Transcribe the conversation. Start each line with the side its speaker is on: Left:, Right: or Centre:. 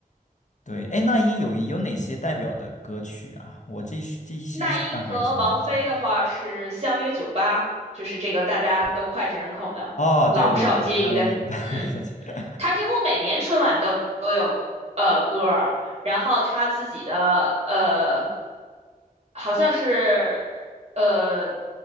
Left: 对，哎，那英有有哪些代表的歌曲啊？我这是这是一时半会儿也想不太起来。
Right: 那英和王菲的话是相约酒吧，就是这个大家都脍炙人口的，
Left: 哦，
Right: 老少皆宜的。
Left: 对对对，相约九八，<laughs>
Right: 嗯。他几乎每年春晚都都有呃歌儿，然后他自己的呃好像是呃